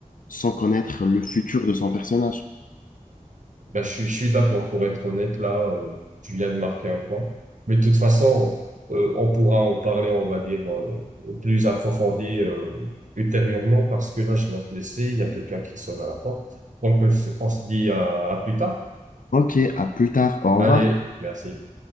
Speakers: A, on the left (about 80°); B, on the right (about 65°).
A: sans connaître le futur de son personnage.
B: bah, je, suis je suis d'accord. Pour être honnête, là, euh, tu viens de marquer un point. Mais de toute façon, euh, on pourra en parler, on va dire, euh, plus approfondi euh, ultérieurement, parce que là, je dois te laisser. Il y a quelqu'un qui sonne à la porte. Donc, on se on se dit à à plus tard.
A: Ok, à plus tard. Au
B: Allez,
A: revoir.
B: merci.